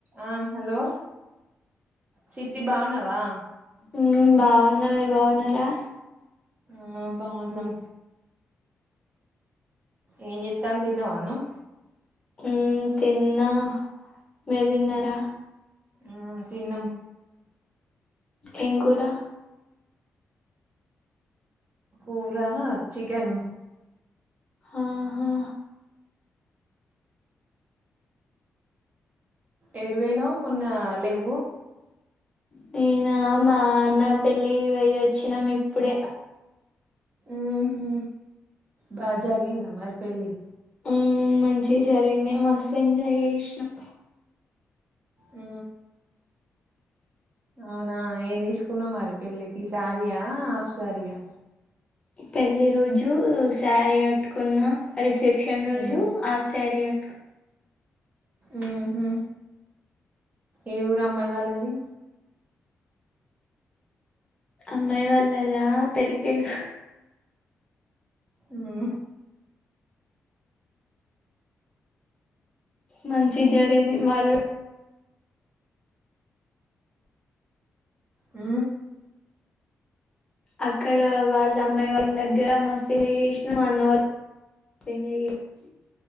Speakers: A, on the right (about 30°); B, on the left (about 20°).
A: ఆ హలో చిట్టి బాగున్నావా
B: హు బాగున్న మీరు బాగున్నారా
A: ఆ బాగున్నాం ఏం చెత్తను తిన్నావా అన్నం
B: ఉ తిన్నా మీరు తిన్నార
A: హా తిన్నం
B: ఏం కూర
A: కూర చికెన్ ను
B: ఆహా
A: ఎటు పోయినవ్ మొన్న లేవు
B: నేనా మా అన్న పెళ్ళి కి పోయి వచ్చినాము ఇప్పుడే
A: ఉహు బాగా జరిగిందా మరి పెళ్లి
B: ఆ మంచి జరిగింది మస్తు ఎంజాయ్ చేసినం
A: ఊ అవునా ఏం తీసుకున్నా మరి పెళ్ళికి సారియా అప్ ఆఫ్ సారీ నా
B: పెళ్లి రోజు సారీ కట్టుకున్న రిసెప్ ప్షన్ రోజు
A: మ్మ్
B: ఆఫ్ సారీ క
A: ఉహు ఏ ఊరు అమ్మాయి వాళ్ళది
B: అమ్మయి వాళ్లది పెరికేేడు
A: ఉహు
B: మంచి జరిగింది వాళ్ళు
A: ఊ
B: అక్కడ వాళ్ళ అమ్మాయి వాళ్ళ దగ్గర మస్తు ఎంజాయ్ చేసినాం అన్న వాళ్ళుం <inaudible> ఎంజాయ్ చే